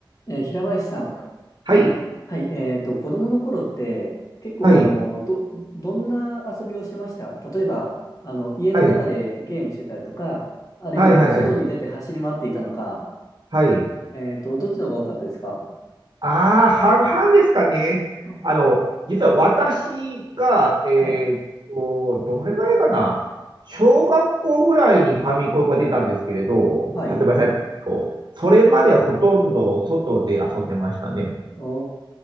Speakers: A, on the left (about 40°); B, on the right (about 60°).
A: えー平林さん、
B: はい。
A: はい、えっと、子供の頃って結構あの、
B: はい。
A: ど、どんな遊びをしてました例えば、あの、家の中でゲームしてたりとか、
B: はい。
A: あるいはこう、
B: はいはいはい。
A: 外に出て走り回っていたのか、
B: はい。
A: えっと、どっちの方が多かったですか
B: ああ、半々ですかね。
A: あ、
B: あの、実は私が、えーっと、
A: はい、
B: どれぐらいかな。小学校ぐらいにファミコンが出たんですけれど、
A: はい。
B: 発売されたんですけど、それまではほとんど外で遊んでましたね。
A: お